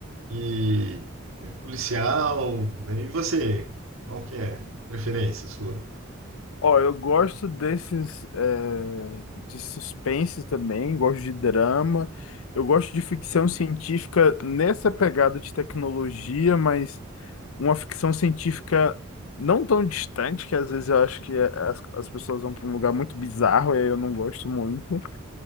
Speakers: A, on the right; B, on the left.
A: e é policial, né? E você, qual que é a preferência sua?
B: Ó, eu gosto desses é, de suspense também, gosto de drama, eu gosto de ficção científica nessa pegada de tecnologia, mas uma ficção científica não tão distante, que às vezes eu acho que é, as, as pessoas vão para um lugar muito bizarro, e aí eu não gosto muito.